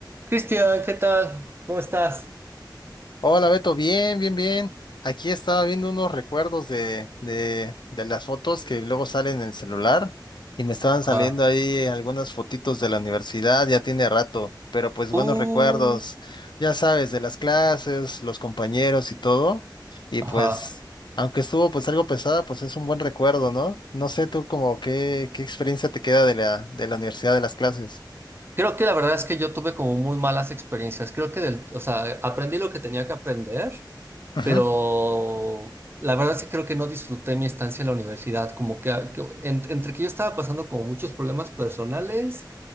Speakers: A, on the right; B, on the left.
A: Cristian, ¿qué tal? ¿Cómo estás?
B: Hola Beto, bien, bien, bien. Aquí estaba viendo unos recuerdos de, de, de las fotos que luego salen en el celular y me estaban
A: Ajá.
B: saliendo ahí algunas fotitos de la universidad, ya tiene rato, pero pues
A: Uh,
B: buenos recuerdos, ya sabes, de las clases, los compañeros y todo. Y
A: ajá.
B: pues, aunque estuvo pues algo pesada, pues es un buen recuerdo, ¿no? No sé tú como qué, qué experiencia te queda de la, de la universidad, de las clases.
A: Creo que la verdad es que yo tuve como muy malas experiencias. Creo que del, o sea, aprendí lo que tenía que aprender,
B: Ujú,
A: pero la verdad es que creo que no disfruté mi estancia en la universidad. Como que, ah, que en- entre que yo estaba pasando como muchos problemas personales,